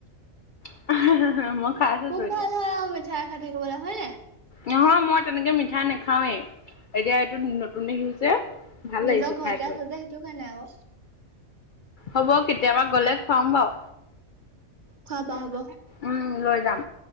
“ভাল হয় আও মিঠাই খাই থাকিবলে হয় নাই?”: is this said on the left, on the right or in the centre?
Right